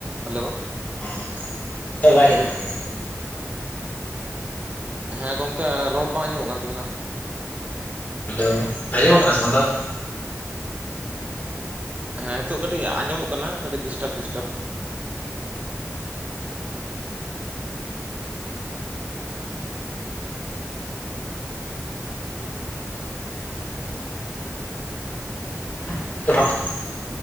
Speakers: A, on the right; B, on the left.
A: Hello,
B: ᱦᱮᱸ, ᱱᱤᱛᱳᱜ ᱦᱚ ᱵᱟᱭ ᱟᱡᱚᱢᱚᱜ ᱠᱟᱱ ᱜᱮᱭᱟ?
A: ᱦᱮᱸ ᱜᱚᱝᱠᱮ, ᱨᱚᱲ ᱵᱟᱝ ᱟᱡᱚᱢᱚᱜ ᱠᱟᱱ ᱛᱟᱵᱤᱱᱟ?
B: ᱦᱮᱞᱳ ᱟᱡᱚᱢᱚᱜ ᱠᱟᱱᱟ, ᱥᱮ ᱵᱟᱝ, <unintelligible>
A: ᱦᱮᱸ ᱦᱤᱛᱳᱜ ᱠᱟᱴᱤᱡ ᱟᱸᱡᱚᱢᱚᱜ ᱠᱟᱱᱟ, ᱠᱟᱹᱴᱤᱡ ᱰᱤᱥᱴᱟᱯ ᱰᱤᱥᱴᱟᱯ᱾
B: <unintelligible> <unintelligible>